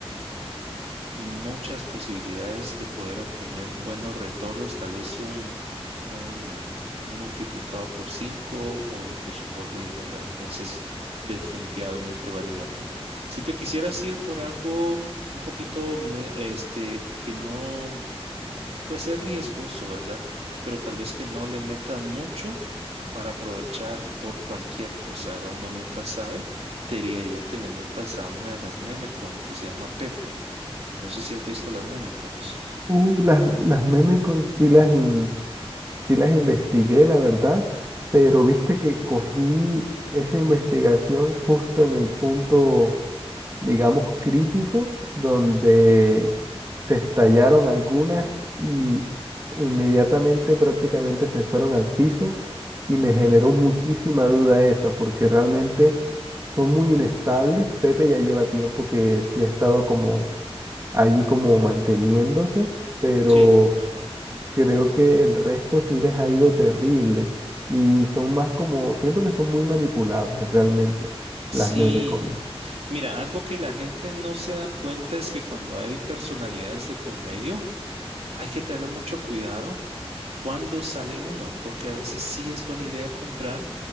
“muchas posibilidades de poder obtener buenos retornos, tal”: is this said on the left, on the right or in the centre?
Right